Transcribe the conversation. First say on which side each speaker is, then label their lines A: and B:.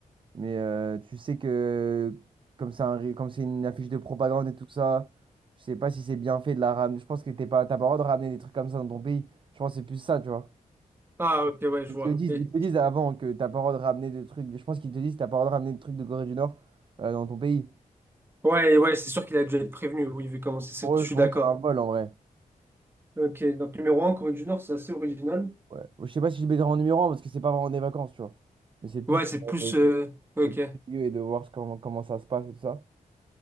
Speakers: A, on the right (about 35°); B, on the right (about 15°).
A: Mais euh, tu sais que comme c'est un ré- comme c'est une affiche de propagande et tout ça, je sais pas si c'est bien fait de la ramener. Je pense que t'es pas, t'as pas le droit de ramener des trucs comme ça dans ton pays. Je pense que c'est plus ça, tu vois.
B: Ah, ok, ouais, je
A: Ils
B: vois.
A: te le disent,
B: Et-
A: ils te le disent avant que t'as pas le droit de ramener des trucs. Je pense qu'ils te disent que t'as pas le droit de ramener des trucs de Corée du Nord euh, dans ton pays.
B: Ouais, ouais, c'est sûr qu'il a déjà été prévenu, oui, vu comment c'est, c'est-
A: Pour eux,
B: je suis
A: pour
B: d'accord.
A: eux, c'est un vol en vrai.
B: Ok, donc numéro un Corée du Nord, c'est assez original.
A: Ouais. Je sais pas si je le mettrai en numéro un parce que c'est pas vraiment des vacances, tu vois. Mais c'est plus
B: Ouais, c'est plus.
A: euh,
B: euh, Ok.
A: d'être curieux et de voir ce- comment, comment ça se passe et tout ça.